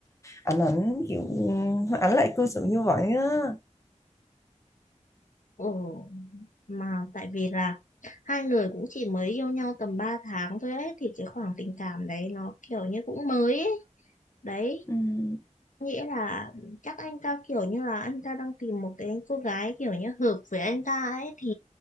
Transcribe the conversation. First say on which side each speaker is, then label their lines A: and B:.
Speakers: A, on the left; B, on the left.
A: ảnh ảnh kiểu ảnh lại cư xử như vậy á
B: Ồ, mà tại vì là hai người cũng chỉ mới yêu nhau tầm 3 tháng thôi ấy, thì cái khoảng tình cảm đấy nó kiểu như cũng mới ấy. Đấy,
A: Ừm.
B: nghĩa là chắc anh ta kiểu như là anh ta đang tìm một cái cô gái kiểu như hợp với anh ta ấy thì